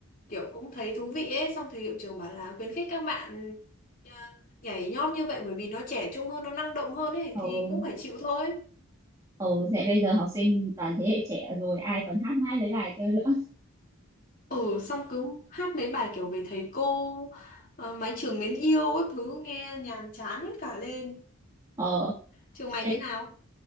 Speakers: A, on the left; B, on the right.
A: kiểu cũng thấy thú vị ấy xong thầy hiệu trưởng bảo là khuyến khích các bạn à, nhảy nhót như vậy bởi vì nó trẻ trung hơn nó năng động hơn ấy
B: ừ
A: thì cũng phải chịu thôi
B: ừ thế bây giờ học sinh toàn thế hệ trẻ rồi ai còn hát mãi mấy bài kia nữa
A: ừ xong cứ hát mấy bài kiểu về thầy cô ờ, mái trường mến yêu các thứ nghe nhàm chán hết cả lên
B: Ờ,
A: trường mày
B: em
A: thế nào